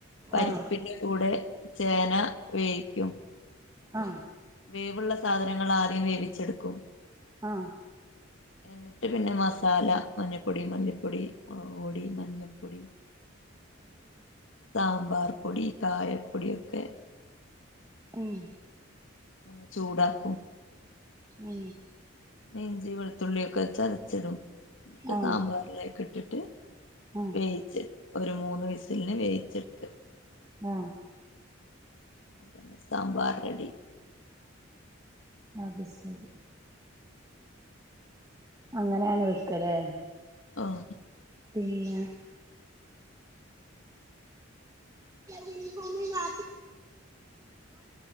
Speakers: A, on the left; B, on the right.
A: പരിപ്പിന്റെ
B: ആഹ്
A: കൂടെ ചേന വേഗിക്കും
B: ആ
A: വേവള്ള സാധനങ്ങൾ ആദ്യം വേവിച്ചെടുക്കും
B: ആ
A: എന്നിട്ട് പിന്നെ മസാല മഞ്ഞപ്പൊടിയും പൊടി മുളക് പൊടി മഞ്ഞപ്പൊടി സാമ്പാർ പൊടി കായപ്പൊട ഒക്കെ
B: കുൺ
A: ഒന്ന് ചൂടാക്കും
B: മ്
A: മെഞ്ചി വെളുത്തുള്ളിയൊക്കെ ചരച്ചിടും എന്നിട്ട്
B: ആഹ്
A: സാമ്പാറിലേകിട്ട ഇട്ടിട്ട്
B: ആഹ്
A: വേയിച്ച് ഒരു മൂന്ന് വിസിലിന് വേിച്ചെടുക്ക്
B: ആഹ്
A: അന്നെ സാമ്പാർ റെഡി
B: അത് ശരി അങ്ങനെയാണ് വിൽക്കലേ
A: ആഹ
B: പിന്നെ ആ